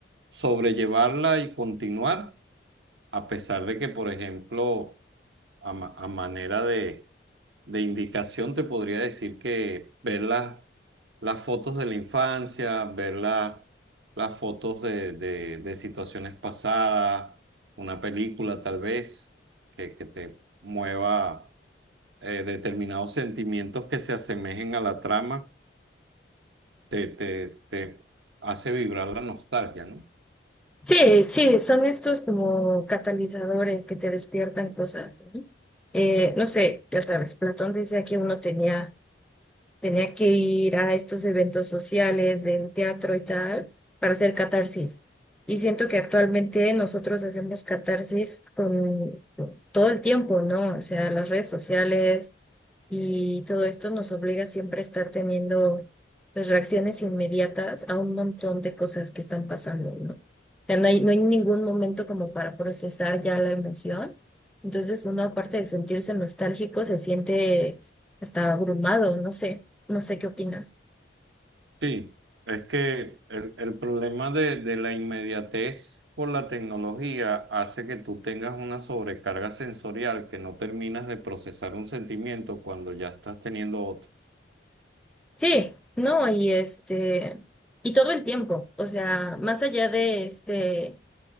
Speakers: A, on the right; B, in the centre.
A: sobrellevarla y continuar a pesar de que, por ejemplo, a, ma- a manera de, de indicación te podría decir que ver las, las fotos de la infancia, ver las, las fotos de, de- de situaciones pasadas, una película tal vez que, que te mueva eh, determinados sentimientos que se asemejen a la trama, te, te, te hace vibrar la nostalgia, ¿no?
B: Sí, sí, son estos como catalizadores que te despiertan cosas, ¿no? Eh, no sé, ya sabes, Platón decía que uno tenía Tenía que ir a estos eventos sociales, en teatro y tal, para hacer catarsis. Y siento que actualmente nosotros hacemos catarsis con todo el tiempo, ¿no? O sea, las redes sociales y todo esto nos obliga siempre a estar teniendo pues, reacciones inmediatas a un montón de cosas que están pasando, ¿no? O sea, no hay, no hay ningún momento como para procesar ya la emoción. Entonces uno, aparte de sentirse nostálgico, se siente hasta abrumado, no sé, no sé qué opinas.
A: Sí, es que el, el problema de, de la inmediatez por la tecnología hace que tú tengas una sobrecarga sensorial que no terminas de procesar un sentimiento cuando ya estás teniendo otro.
B: Sí, no, y este, y todo el tiempo, o sea, más allá de este